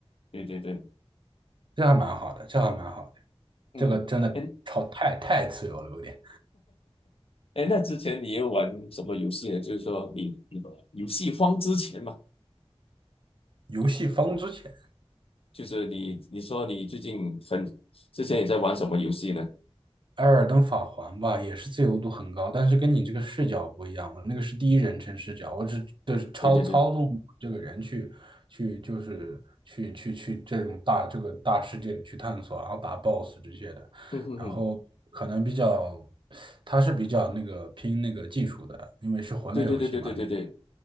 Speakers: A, on the left; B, on the right.
A: 对对对，
B: 这还蛮好的，这还蛮好的，
A: 嗯，
B: 这个真的超太太自由了，
A: 哎
B: 有点
A: 哎，那之前你有玩什么游戏呢？就是说你你游戏荒之前嘛，
B: 游戏方之前。
A: 就是你你说你最近很之前也在玩什么游戏呢？
B: 艾尔登法环吧，也是自由度很高，但是跟你这个视角不一样。我那个是第一人称视角，我只就是操操纵这个人去去就是去去去这种大这个大世界里去探索，
A: 对对对，
B: 然后打 BOSS 这些的。
A: 嗯哼哼，
B: 然后可能比较，它是比较那个拼那个技术的，因为是魂类游戏嘛，
A: 对对对对对对对，
B: 你得